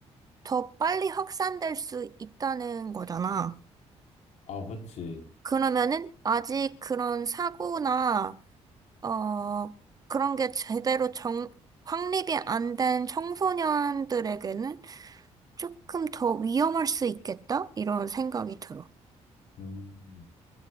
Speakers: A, on the right; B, on the left.
A: 더 빨리 확산될 수 있다는 거잖아.
B: 아, 그치.
A: 그러면은 아직 그런 사고나, 어, 그런 게 제대로 정, 확립이 안 된 청소년들에게는 조금 더 위험할 수 있겠다? 이런 생각이 들어.
B: 음,